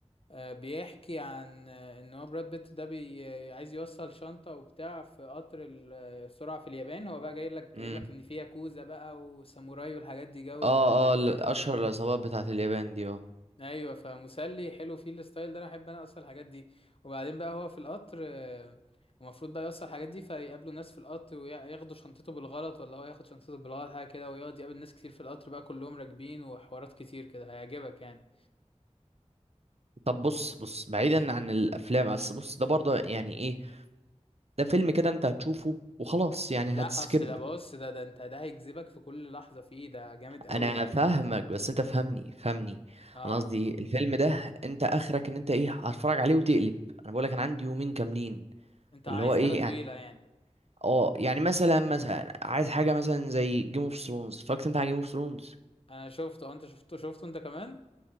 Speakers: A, on the left; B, on the right.
A: آه، بيحكي عن آه، إن هو براد بيت ده بي آه، عايز يوصل شنطة وبتاع في قطر ال- آه، السرعة في اليابان هو بقى جاي لك
B: امم
A: جايب لك إن في ياكوزا بقى وساموراي والحاجات دي جو
B: اه
A: حلو
B: اه ال-
A: يعني
B: اشهر العصابات بتاعت اليابان دي اه
A: ايوه فمسلي حلو فيه الستايل ده انا احب انا اصلا الحاجات دي وبعدين بقى هو في القطر آه، المفروض بقى يوصل الحاجات دي فيقابلوا ناس في القطر وياخدوا شنطته بالغلط ولا هو ياخد شنطته بالغلط حاجه كده ويقعد يقابل ناس كتير في القطر بقى كلهم راكبين وحوارات كتير كده هيعجبك يعني
B: طب بص بص بعيدا عن الافلام بس بص ده برضه يعني ايه ده فيلم كده انت هتشوفه وخلاص يعني
A: لا
B: هتسكيب
A: اصل ده بص ده ده انت ده هيجذبك في كل لحظه فيه ده جامد قوي
B: انا
A: يعني
B: فاهمك بس انت فهمني فهمني
A: اه
B: انا قصدي الفيلم ده انت اخرك ان انت ايه هتتفرج عليه وتقلب انا بقولك انا عندي يومين كاملين
A: انت
B: فاللي
A: عايز
B: هو ايه
A: حاجه طويله
B: يعني
A: يعني
B: اه يعني مثلا مثلا عايز حاجه مثلا زي جيم اوف ثرونز اتفرجت انت على جيم اوف ثرونز
A: انا شفته آه، انت شفته شفته انت كمان